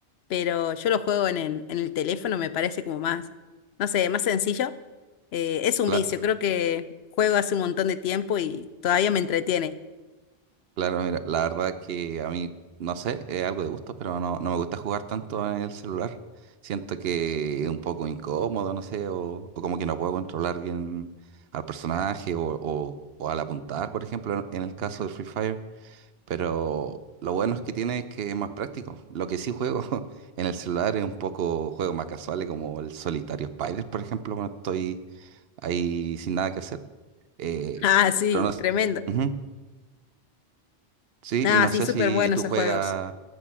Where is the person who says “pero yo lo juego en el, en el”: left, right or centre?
Left